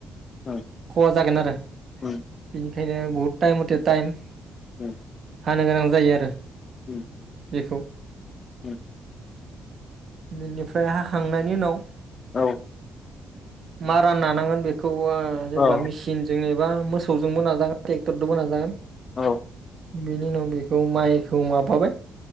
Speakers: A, on the left; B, on the right.
A: उम
B: खहा जागोन आरो
A: उम
B: बिनि बहुत टाइम मथे टाइम
A: उम
B: हांनो गोनां जायो आरो।
A: उम
B: बेखौ।
A: उम
B: बेनिफ्राय हाखांनायनि उनाव
A: औ
B: मारा राननांगोन बेखौव थवा जेनेबा
A: औ
B: मिेसिन जोंनि एबा मोसौजोंबो नाजागोन ट्रेक्टरजोंबो नाजागोन।
A: औ
B: बिनि उनाव बेखौ माइखौ माबाबाय।